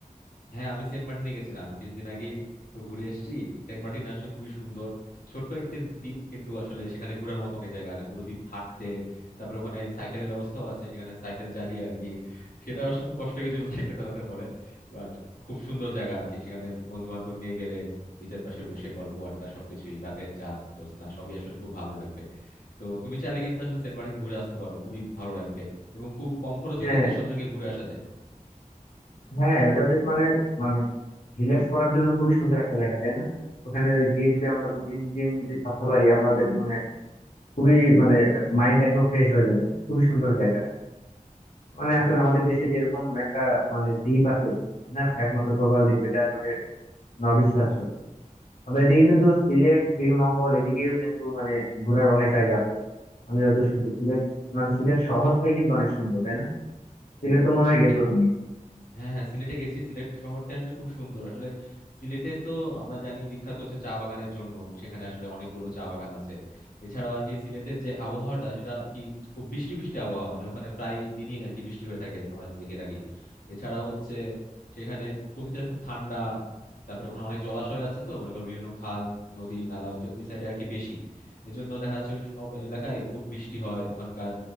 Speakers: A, on the left; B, on the left.
A: হ্যাঁ আমি সেন্ট মার্টিনে গেছিলাম আমি কিছুদিন আগেই তো ঘুরে এসেছি সেন্ট মার্টিন আসলে খুবই সুন্দর ছোট্ট একটি দ্বীপ কিন্তু আসলে সেখানে ঘোরার মতো অনেক জায়গা আছে পুরো দ্বীপ হাঁটতে তারপরে ওখানে সাইকেলের ব্যবস্থাও আছে সেখানে সাইকেল চালিয়ে আর কি সেটা অবশ্য খুব কষ্ট হয়েছিল সাইকেল চালাতে পরে বাট খুব সুন্দর জায়গা আর কি সেখানে বন্ধু বান্ধব নিয়ে গেলে বিচের পাশে বসে গল্প আড্ডা সবকিছুই রাতের চাঁদ জ্যোৎস্না সবই আসলে খুব ভালো লাগবে তো তুমি চাইলে কিন্তু আসলে সেন্ট মার্টিন ঘুরে আসতে পারো খুবই ভালো লাগবে এবং খুব কম খরচে
B: হ্যাঁ
A: কিন্তু এসব জায়গায় ঘুরে আসা যায়
B: হ্যাঁ ওটা বেশ মানে মানে রিল্যাক্স করার জন্য খুবই সুন্দর একটা জায়গা তাই না ওখানে গিয়ে যদি আমরা দু তিন দিন যদি থাকতে পারি আমাদের মানে খুবই মানে মাইন্ড একদম ফ্রেশ হয়ে যাবে খুবই সুন্দর জায়গা মানে আসলে আমাদের দেশে যেরকম একটা মানে দ্বীপ আছে না একমাত্র প্রবাল দ্বীপ এটা আসলে অবিশ্বাস্য আবার এদিকে কিন্তু সিলেট শ্রীমঙ্গল এদিকেও কিন্তু মানে ঘোরার অনেক জায়গা আছে আমি যতদূর শুনছি সিলেট মানে সিলেট শহরটাই কিন্তু অনেক সুন্দর তাই না সিলেট তো মনে হয় গেছো
A: হ্যাঁ
B: তুমি
A: হ্যাঁ হ্যাঁ সিলেটে গেছি সিলেট শহরটা আসলে খুব সুন্দর আসলে সিলেটে তো আমরা জানি বিখ্যাত হচ্ছে চা বাগানের জন্য সেখানে আসলে অনেকগুলো চা বাগান আছে এছাড়াও আর কি সিলেটের যে আবহাওয়াটা সেটা আর কি খুব বৃষ্টি বৃষ্টি আবহাওয়া মানে ওখানে প্রায় দিনই আর কি বৃষ্টি হয়ে থাকে আমরা যদি দেখে থাকি এছাড়াও হচ্ছে সেখানে প্রকৃতিটা খুব ঠান্ডা তারপরে ওখানে অনেক জলাশয় আছে তো মনে করো বিভিন্ন খাল নদী নালা ওই ওই সাইডে আর কি বেশি এজন্য দেখা যাচ্ছে ওই সব এলাকায় খুব বৃষ্টি হয় ওখানকার